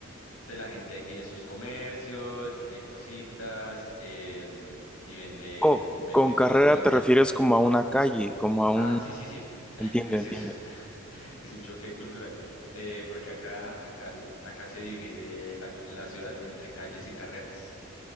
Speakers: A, on the left; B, in the centre.
A: Entonces la gente ahí tiene sus comercios, hay cositas em, y venden,
B: Oh,
A: venden
B: con carrera
A: cosas muy...
B: te
A: ter-
B: refieres como a una calle, como a
A: Ah,
B: un...
A: sí, sí, sí. <laughs>
B: Entiendo,
A: Es,
B: entiendo.
A: es, otra- <laughs> es un choque cultural, eh, porque acá, acá, acá se divide la, la ciudad entre calles y carreras.